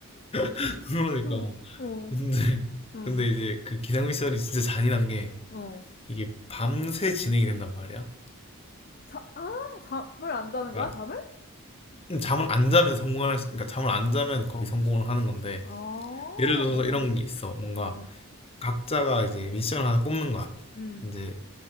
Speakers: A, on the left; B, on the left.
A: <laughs> 그러니까.
B: 어, 어,
A: 근데,
B: 응,
A: 근데 이제 그 기상 미션이 진짜 잔인한 게,
B: 어.
A: 이게 밤새 진행이 된단 말이야.
B: 자, 아, 잠을 안 자는
A: 약간,
B: 거야, 잠을?
A: 음, 잠을 안 자면 성공할 수, 그러니까 잠을 안 자면 거기 성공을 하는 건데
B: 아, 어,
A: 예를 들어서 이런 게 있어. 뭔가
B: 어,
A: 각자가 이제 미션을 하나 뽑는 거야.
B: 음,
A: 이제